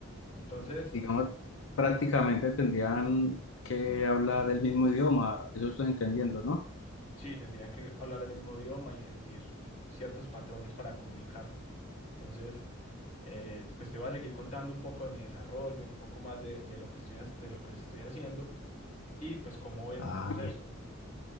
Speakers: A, on the left; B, on the left.
A: Entonces,
B: digamos, prácticamente tendrían que hablar el mismo idioma, eso estoy entendiendo, ¿no?
A: sí, tendrían que hablar el mismo idioma y seguir ciertos patrones para comunicarse. Entonces, eh, pues te voy a seguir contando un poco de mi desarrollo, un poco más de, de lo que estoy, ha- de lo que estoy haciendo y pues cómo voy en
B: Ah,
A: el proceso.